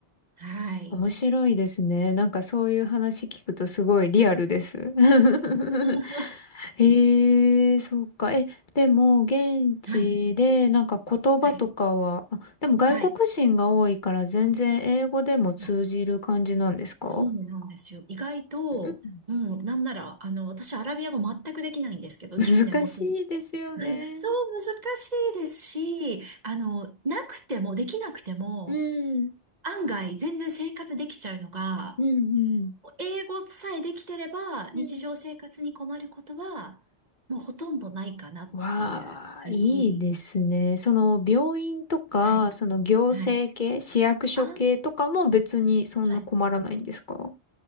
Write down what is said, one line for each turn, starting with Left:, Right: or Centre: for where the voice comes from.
Right: はい。
Left: 面白いですね。なんかそういう話聞くとすごいリアルです。<laughs>
Right: <laughs>
Left: へえ、そうか。え、でも現地でなんか言葉とかは、
Right: はい。はい。
Left: あ、でも外国人が多いから全然英語でも通じる感じなんですか
Right: はい。あそうなんですよ。意外と、
Left: うん
Right: もう、なんなら、あの、私、アラビア語全くできないんですけど、
Left: <laughs> 難しいですよね。
Right: 10年も住んでて。<laughs> そう、難しいですし、あの、なくても、できなくても、
Left: うん、
Right: 案外、全然生活できちゃうのが、
Left: うん、うん。
Right: 英語さえできてれば、日常生活に困ることは、
Left: うんうん
Right: もうほとんどないかなっていう。
Left: わあ、
Right: はい。
Left: いいですね。その病院とか、
Right: はい。
Left: その行政系、
Right: はい。
Left: 市役所系とかも別にそんな困らないんですか
Right: あ、はい。